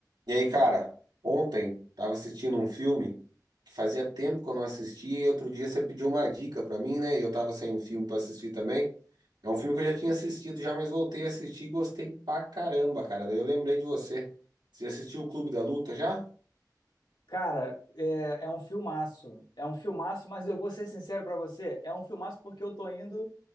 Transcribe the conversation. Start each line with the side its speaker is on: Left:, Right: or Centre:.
Right: E aí, cara, ontem tava assistindo um filme que fazia tempo que eu não assistia e outro dia você pediu uma dica pra mim, né? E eu tava sem filme pra assistir também. É um filme que eu já tinha assistido já, mas voltei a assistir e gostei pra caramba, cara. Daí eu lembrei de você. Você assistiu o Clube da Luta já?
Left: Cara, é, é um filmaço. É um filmaço, mas eu vou ser sincero pra você, é um filmaço porque eu tô indo